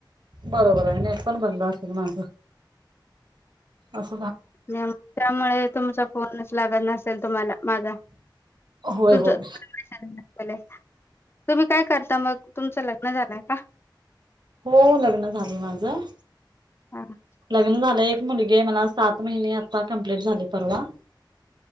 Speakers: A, on the right; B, on the left.
A: बरोबर आहे नेट पण बंद असेल माझ अस
B: त्यामुळे तुमचा फोन लागना. तुम्हाला माझा
A: होय
B: <unintelligible>
A: होय.
B: तुला तुम्ही काय कर मग तुमचं लग्न झालंय का?
A: हो लग्न झाले माझं.
B: हां
A: लग्न झालं एक मुलगी आहे मला सात महिने आता कंप्लीट झाले परवा.